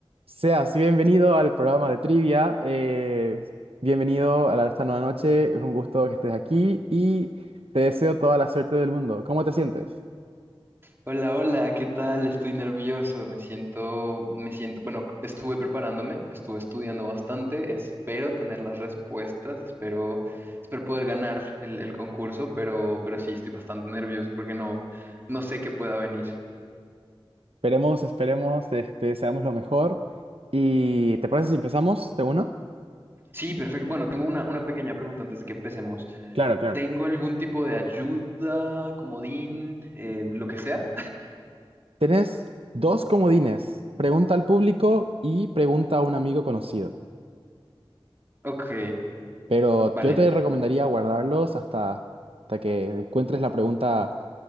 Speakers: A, on the right (about 85°); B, on the right (about 25°).
A: Seas bienvenido al programa de trivia. eh, bienvenido a la- esta nueva noche. Es un gusto que estés aquí y te deseo toda la suerte del mundo. ¿Cómo te sientes?
B: Hola, hola, ¿qué tal? Estoy nervioso, me siento, me siento, bueno, estuve preparándome, estuve estudiando bastante, espero tener las respuestas, espero, espero poder ganar el, el concurso, pero, pero sí, estoy bastante nervioso porque no, no sé qué pueda venir.
A: Esperemos, esperemos, te, te deseamos lo mejor. ¿Y te parece si empezamos de una?
B: Sí, perfecto. Bueno, tengo una, una pequeña pregunta antes de que empecemos.
A: Claro, claro.
B: ¿Tengo algún tipo de ayuda, comodín, eh, lo que sea?
A: Tenés dos comodines. Pregunta al público y pregunta a un amigo conocido.
B: Ok,
A: Pero
B: vale,
A: yo te recomendaría guardarlos hasta, hasta que encuentres la pregunta